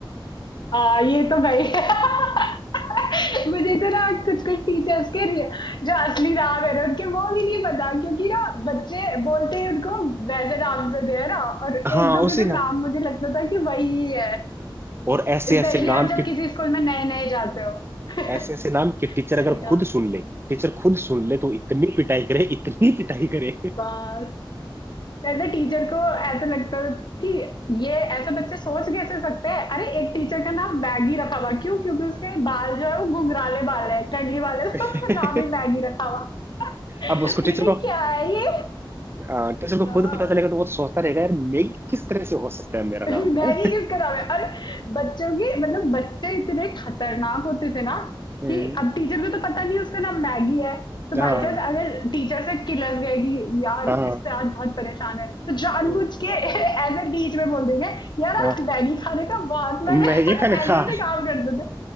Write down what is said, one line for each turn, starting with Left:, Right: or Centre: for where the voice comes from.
Left: हाँ ये तो भाई <laughs> मुझे तो ना कुछ कुछ टीचर्स के रि- जो असली नाम है ना उनके वो भी नहीं पता क्योंकि ना बच्चे बोलते ही उनको वैसे नाम से दे ना और एक
Right: <laughs> हाँ
Left: दो
Right: उसी
Left: के तो
Right: ना
Left: नाम मुझे लगता था कि वही है
Right: और ऐसे
Left: स्पेशली
Right: ऐसे नाम
Left: आप जब
Right: के
Left: किसी स्कूल में नए नए जाते हो <laughs>
Right: ऐसे ऐसे नाम कि टीचर
Left: सही
Right: अगर
Left: कहा
Right: खुद सुन ले टीचर खुद सुन ले तो इतनी पिटाई करे इतनी पिटाई करे
Left: बस पहले टीचर को ऐसे लगता था कि ये ऐसे बच्चे सोच कैसे सकते हैं अरे एक टीचर का नाम मैगी रखा हुआ क्यों क्योंकि उसके बाल जो है वो घुंघराले बाल है टडली वाले <laughs>
Right: <laughs>
Left: तो उसका नाम ही मैगी रखा हुआ <laughs> मैंने
Right: अब उसको टीचर
Left: कहा
Right: को
Left: क्या है ये
Right: आ, टीचर को
Left: हाँ
Right: खुद पता चलेगा तो वो तो सोचता रहेगा यार मैं किस तरह से हो सकता है मेरा
Left: <laughs>
Right: नाम
Left: मैगी
Right: <laughs> है
Left: किसका नाम है अरे बच्चों के मतलब बच्चे इतने खतरनाक होते थे ना
Right: हम्म,
Left: कि अब टीचर को तो पता नहीं उसका नाम मैगी है तो
Right: हाँ
Left: बाई चांस अगर टीचर से किलस गए कि यार
Right: हाँ
Left: इससे आज बहुत परेशान है तो जानबूझ
Right: हम्म,
Left: के <laughs> ऐसे बीच में बोल देंगे यार
Right: हाँ
Left: आज मैगी खाने का बहुत मन
Right: मैं
Left: है
Right: ये
Left: <laughs>
Right: खाने
Left: ऐसे
Right: हाँ
Left: ऐसे काम करते थे